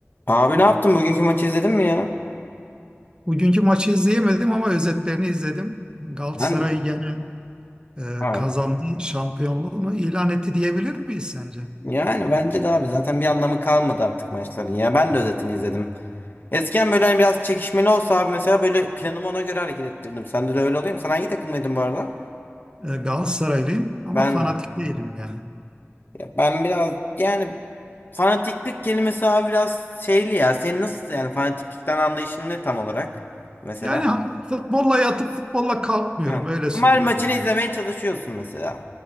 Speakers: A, on the left (about 45°); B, on the right (about 20°).
A: Abi ne yaptın? Bugünkü maçı izledin mi ya?
B: Bugünkü maçı izleyemedim ama özetlerini izledim. Galatasaray
A: Ben
B: gene e,
A: Abi,
B: kazandı, şampiyonluğunu ilan etti diyebilir miyiz sence?
A: yani bence de abi zaten bir anlamı kalmadı artık maçların ya. Ben de özetini izledim. Eskiden böyle hani biraz çekişmeli olsa abi mesela böyle planımı ona göre hareket ettirdim. Sende de öyle oluyor mu? Sen hangi takımdaydın bu arada?
B: E, Galatasaraylıyım ama
A: Ben
B: fanatik değilim yani.
A: ya ben biraz yani fanatiklik kelimesi abi biraz şeyli ya. Senin nasıl yani fanatiklikten anlayışın ne tam olarak mesela?
B: Yani ha- futbolla yatıp futbolla kalkmıyorum
A: Ha.
B: öyle söyleyeyim
A: Ama her maçını izlemeye
B: yani.
A: çalışıyorsun mesela.